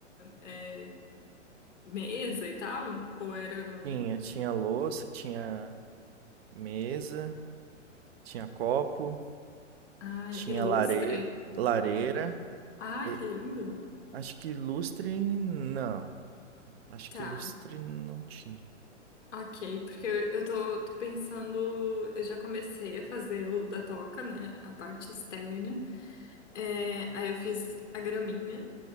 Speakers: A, on the left; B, on the right.
A: é, mesa e tal? Ou era.
B: Tinha, tinha louça, tinha mesa, tinha copo,
A: Ai,
B: tinha
A: ilustre?
B: lare, lareira.
A: Ai,
B: e-
A: que lindo!
B: acho que lustre não. Acho
A: Tá,
B: que lustre não tinha.
A: ok, porque eu tô, tô pensando. Eu já comecei a fazer o da toca, né? A parte externa. É, aí eu fiz a graminha.